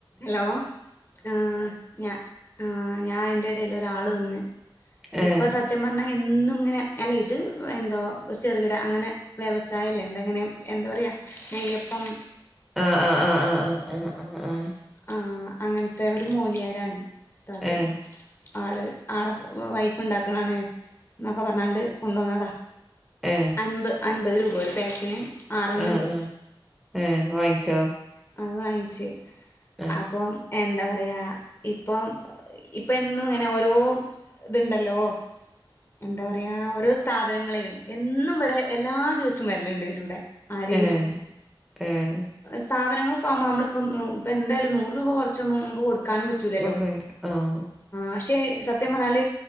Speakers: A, on the left; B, in the centre.
A: Hello ആഹ് ഞാ ആഹ് ഞാഅയിൻ്റെടയല് ഒരാള് വന്ന്
B: ഏഹ്
A: ഇപ്പൊ സ സത്യം പറഞ്ഞാൽ എന്നും ഇങ്ങനെ അല്ല ഇത് എന്തോ ചെറുകിട അങ്ങനെ വ്യവസായല്ലേ എന്താങ്ങനെ എന്താ പറയാ നെയ്യപ്പം
B: ആഹ ആഹ ആഹ ആഹ ആഹ ആഹ ആഹ ആഹ
A: ആ അങ്ങനത്തെ ഒരു മൂലിയാരാണ് ഉസ്താദ്‌
B: ഏഹ്
A: ആള് ആളെ വൈഫ് ഉണ്ടാക്കണാണ് എന്നൊക്കെ പറഞ്ഞാണ്ട് കൊണ്ട് വന്നതാണ്
B: ഏ
A: അമ്പത് രൂപ ഒരു പാക്കിൽ ആറെണ്ണണ്ട്
B: ആഹ് ആഹ് ഏഹ് വാങ്ങിച്ചോ
A: അത് വാങ്ങിച്ചേ
B: ആഹ
A: അപ്പം എന്താ പറയാ ഇപ്പം ഇപ്പൊ എന്നും ഇങ്ങനെ ഓരോ ഇത്ണ്ടല്ലോ എന്താ പറയാ ഓരോ സ്ഥാപനങ്ങളെ എന്നും ഇവിടെ എല്ലാ ദിവസവും വരലിണ്ടിതിലൂടെ ആരേലും
B: ഏഹ് ഏഹ്
A: സ്ഥാപനങ്ങളൊക്കെ ആകുമ്പോ നമ്മളിപ്പം ഇപ്പ എന്തായാലും നൂറു രൂപ കുറച്ചൊന്നും നുക്ക് കൊടുക്ക ക്കാനും പറ്റൂലല്ലോ
B: കൊടുക്കാനില്ല ആഹ്
A: പക്ഷെ സത്യം പറഞ്ഞാൽ